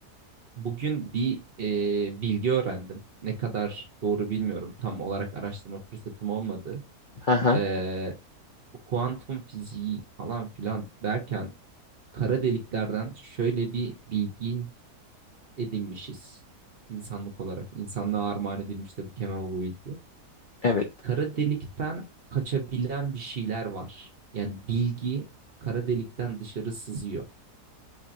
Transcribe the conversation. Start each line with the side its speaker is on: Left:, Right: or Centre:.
Right: bugün bir e, bilgi öğrendim. Ne kadar doğru bilmiyorum. Tam olarak araştırma fırsatım olmadı.
Left: Hı hı
Right: E, bu kuantum fiziği falan filan derken kara deliklerden şöyle bir bilgi edinmişiz insanlık olarak. İnsanlığa armağan edilmiş tabii ki hemen bu bilgi.
Left: evet.
Right: Kara delikten kaçabilen bir şeyler var. Yani bilgi kara delikten dışarı sızıyor.